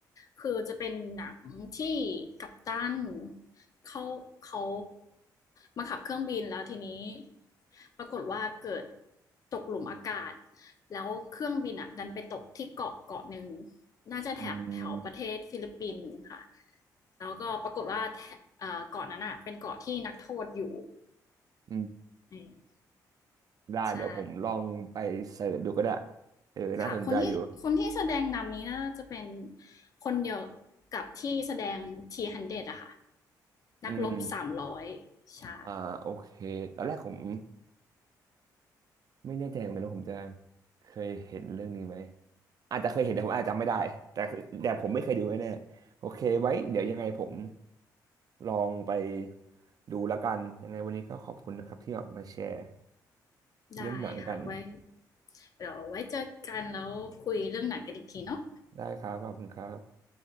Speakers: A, on the left; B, on the right.
A: คือจะเป็นหนังที่กัปตันเขาเขามาขับเครื่องบินแล้วทีนี้ปรากฏว่าเกิดตกหลุมอากาศแล้วเครื่องบินอ่ะดันไปตกที่เกาะเกาะหนึ่งน่าจะแถบแถวประเทศฟิลิปปินส์ค่ะ
B: อืม
A: แล้วก็ปรากฏว่าแถเอ่อเกาะนั้นอ่ะเป็นเกาะที่นักโทษอยู่
B: อืม
A: อืม
B: ได้เดี๋ยวผมลองไปเสิร์ชดูก็ได้
A: ใช่
B: เออน่าสนใจอยู่
A: ค่ะคนที่คนที่แสดงนำนี้น่าจะเป็นคนเดียวกับที่แสดงทีฮันเดอยอะค่ะนักรบสามร้อย
B: อืม
A: ใช่
B: อ่าโอเคตอนแรกผมไม่แน่ใจเหมือนกันว่าผมจะเคยเห็นเรื่องนี้ไหมอาจจะเคยเห็นแต่ผมอาจจะจำไม่ได้แต่คือแต่ผมไม่เคยดูแน่ๆโอเคไว้เดี๋ยวยังไงผม ลองไปดูแล้วกันยังไงวันนี้ก็ขอบคุณนะครับที่แบบมาแชร์
A: ได้ค่ะไว้
B: เรื่องหนังกัน
A: เดี๋ยวไว้เจอกันแล้วคุยเรื่องหนังกันอีกทีเนาะ
B: ได้ครับขอบคุณครับ